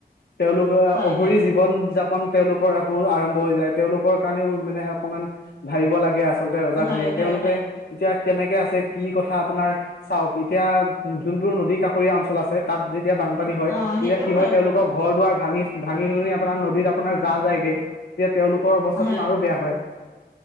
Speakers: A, on the left (about 85°); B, on the left (about 20°).
A: তেওঁলোকৰ
B: হয়
A: অঘৰী
B: হয়
A: জীৱন-যাপন তেওঁলোকৰ আকৌ আৰম্ভ হৈ যায়। তেওঁলোকৰ কাৰণেও মানে অকমান ভাবিব লাগে আচলতে, ৰজা
B: হয়
A: ঘৰিয়াই। তেওঁলোকে
B: হয় হয়
A: এতিয়া কেনেকে আছে, কি কথা আপোনাৰ চাওঁক, এতিয়া যোনবোৰ নদী কাষৰীয়া অঞ্চল আছে, তাত যেতিয়া পানী হয়,
B: অ
A: তেতিয়া
B: সেইটোও
A: কি হয়, তেওঁলোকৰ
B: বাৰু
A: ঘৰ দুৱাৰ ভাঙি ভাঙি-চাঙি আপোনাৰ নদীত আপোনাৰ যাহ যায়গে। তেতিয়া তেওঁলোকৰ অৱস্থাটো
B: হয়
A: আৰু বেয়া হয়।